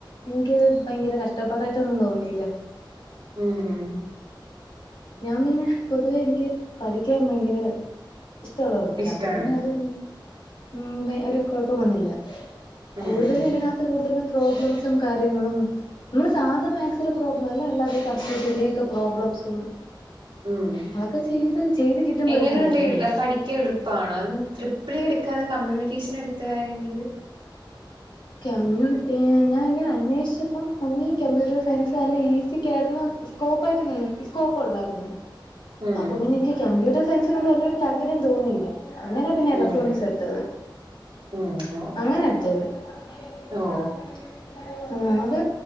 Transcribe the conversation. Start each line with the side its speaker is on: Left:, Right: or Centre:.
Left: എനിക്ക് ഭയങ്കര കഷ്ടപ്പാടായിട്ടൊന്നും തോന്നില്ല
Right: ഉം ഉം
Left: ഞാൻ പിന്നെ പൊതുവേ എനിക്ക് പഠിക്കാൻ ഭയങ്കര ഇഷ്ടമുള്ള കൂടത്തില
Right: ഇഷ്ടാണ്
Left: അപ്പൊ പിന്നെ അത് ഉ ഒരു കൊഴപ്പോം വന്നില്ല
Right: ഉം
Left: കൂടുതലും
Right: ഉം
Left: ഇതിനകത്ത് കൂടുതലും പ്രോബ്ലംസും കാര്യങ്ങളും നമ്മള് സാധാ മാക്സിലെ പ്രോബ്ലം അല്ല അല്ലാതെ സബ്ജക്റ്റിന്റെ ഒക്കെ- പ്രോബ്ലംസും
Right: ഉം
Left: അതൊക്കെ ചെയ്ത് ചെയ്ത് കിട്ടുമ്പോ
Right: എങ്ങനെ
Left: ഒരു സന്തോഷല്ലേ
Right: ഉണ്ട് പഠിക്കാൻ എളുപ്പണോ അ- ളിയും എടുക്കാതെ കമ്മ്യൂണിക്കേഷൻ എടുത്ത കാര്യം എന്ത്
Left: കമ്മ്യൂണി ഞാൻ ഇങ്ങനെ അന്വേഷിച്ചപ്പം ഒന്നുകി കംമ്പ്യൂട്ടർ സയൻസ് അല്ലെങ്കി എസിക്കായിരുന്നു സ്കോപ്പായിട്ട് നി സ്കോപ്പ് ഉള്ളായിരുന്നോ
Right: ഉം
Left: അപ്പം ഇനി എനിക്ക് കമ്പ്യൂട്ടർ സയൻസിനോട് വല്ലൊരു താല്പര്യം തോന്നിയില്ല അങ്ങനെ പിന്നെ ഇലക്ട്രോണിക്സ്
Right: ഉം
Left: എടുത്തത്
Right: ഉം
Left: അങ്ങനെ എടുത്തത് <unintelligible>
Right: ഓ
Left: ആ അത്